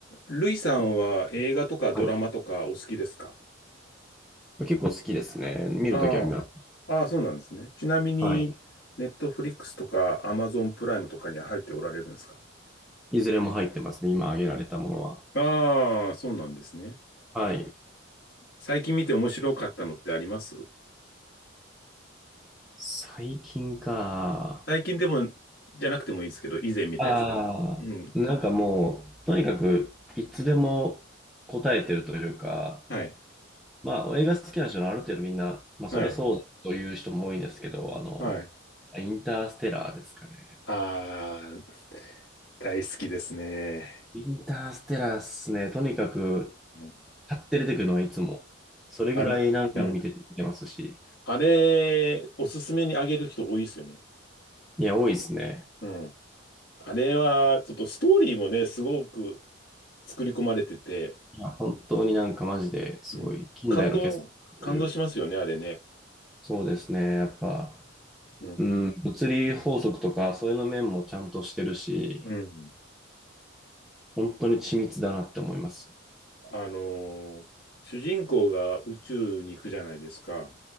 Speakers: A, on the left; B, in the centre.
A: ルイさんは映画とかドラマとかお好きですか
B: はい。まあ結構好きですね。見るときは見ます。
A: ああ、ああ、そうなんですね。ちなみに、
B: はい。
A: ネットフリックスとかアマゾンプライムとかには入っておられるんですか
B: いずれも入ってますね。今挙げられたものは。
A: ああ、そうなんですね。
B: はい。
A: 最近見て面白かったのってあります
B: 最近か。
A: 最近でも、じゃなくてもいいですけど、以前見たやつでも。
B: ああ、
A: うん。
B: なんかもう、とにかく、いつでも答えてるというか、
A: はい。
B: まあ、映画好きな人のある程度みんな、まあ、
A: はい。
B: そりゃそうだという人も多いんですけど、あの、
A: はい。
B: インターステラーですかね。
A: ああ、大好きですね。
B: インターステラーっすね。とにかく、
A: うん
B: 買って出てくるのはいつも。それぐらい何回も見て、
A: あれ、うん。
B: 見てますし。
A: あれ、おすすめにあげる人多いですよね。
B: いや、多いですね。
A: うんあれは、ちょっとストーリーもね、すごく作り込まれてて、
B: いや、本当になんかマジですごい近代の傑作という。
A: うん。感動、感動しますよね、あれね。
B: そうですね。やっぱ、
A: うん。
B: うん、物理法則とかそういうの面もちゃんとしてるし、
A: うん。
B: 本当に緻密だなって思います。
A: あのー主人公が宇宙に行くじゃないですか。